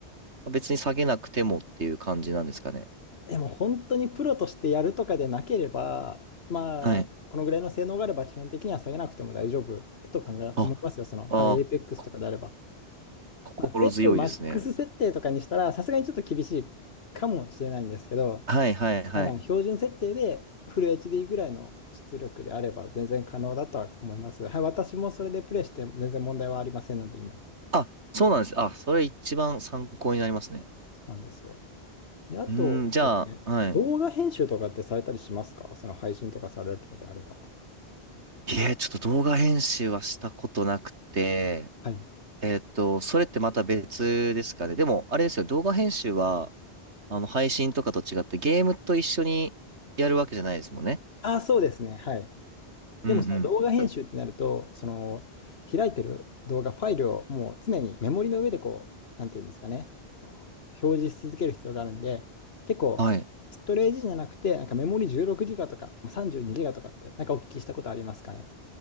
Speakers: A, on the right; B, on the left.
A: 別に下げなくてもっていう感じなんですかね。
B: でも本当にプロとしてやるとかでなければ、まあ、
A: はい。
B: このぐらいの性能があれば基本的には下げなくても大丈夫だと考え、
A: あ、
B: 思いますよ。その、はい、
A: あー、
B: エイペックスとかであれば。
A: こ心強いですね。
B: まあ、全部マックス設定とかにしたら、さすがにちょっと厳しいかもしれないんですけど、
A: はいはいはい。
B: はいまあ、標準設定でフル HD ぐらいの出力であれば全然可能だとは思います。はい、私もそれでプレイして全然問題はありませんので、今。
A: あ、そうなんです。あ、それ一番参考になりますね。
B: そうなんですよ。で、あと、
A: うーん、じゃあ、
B: そうですね動画編集とかってされたりしますかその配信とかされるのであれば。
A: はい。いえ、ちょっと動画編集はしたことなくて、
B: はい。
A: えっと、それってまた別ですかね。でも、あれですよね、動画編集は、あの、配信とかと違ってゲームと一緒にやるわけじゃないですもんね。
B: ああ、そうですね。はい。
A: うんうん。
B: でも、その動画編集ってなると、
A: そ
B: その、開いてる動画、ファイルをもう常にメモリの上でこう、なんていうんですかね、表示し続ける必要があるんで、結構、
A: はい。
B: ストレージじゃなくて、なんかメモリ 16GB とか、まあ 32GB とかって、なんかお聞きしたことありますかね。